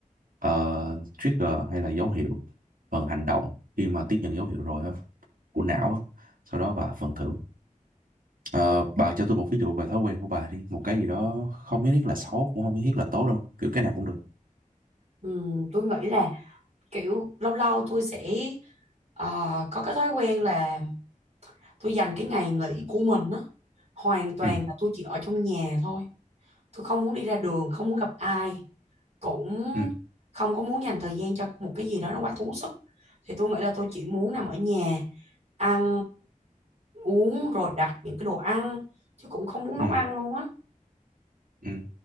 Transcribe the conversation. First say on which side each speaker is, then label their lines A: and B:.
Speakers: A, on the right; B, on the right.
A: ờ, trigger hay là dấu hiệu phần hành động khi mà tiếp nhận dấu hiệu rồi á của não á, sau đó và phần thưởng Ờ, bà cho tôi một ví dụ về thói quen của bà đi một cái gì đó không nhất thiết là xấu cũng không nhất thiết là tốt đâu kiểu cái nào cũng được
B: Ừm, tôi nghĩ là kiểu lâu lâu tôi sẽ ờ, có cái thói quen là tôi dành cái ngày nghỉ của mình á hoàn toàn
A: ừ
B: là tôi chỉ ở trong nhà thôi tôi không muốn đi ra đường không muốn gặp ai cũng
A: ừ
B: không có muốn dành thời gian cho một cái gì đó nó quá tốn sức thì tôi nghĩ là tôi chỉ muốn nằm ở nhà ăn uống rồi đặt những cái đồ ăn chứ cũng không muốn nấu
A: ừ
B: ăn luôn á
A: ừ